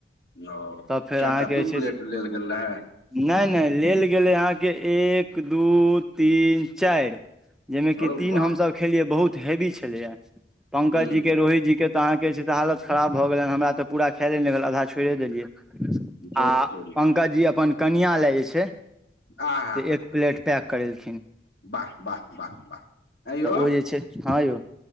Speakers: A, on the left; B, in the centre.
A: ओ
B: तब फेर
A: कएटा
B: अहाँकेँ
A: दू
B: जे छै
A: प्लेट
B: से
A: लेल गेल रहै
B: नहि नहि लेल गेलै अहाँकेँ एक दू तीन चारि जामे
A: हौ
B: क तीन
A: वाह
B: हम सभ खेलियए बहुत हेवी छले यै पंकजी
A: हूँ
B: के रोहित जी के। तऽ अहाँकेँ छै से हालत खराब भऽ गेल हमरा तऽ पूरा खाये नहि गेल आधा छोड़ि देलियै।
A: जोत
B: आ
A: तोरी
B: पंकज जी अपन कनिया लए जे छै।
A: आँ
B: से
A: हँ
B: एक प्लेट पैक करेलखिन
A: वाह वाह वाह अए यौ
B: तऽ ओ जे छै हँ यौ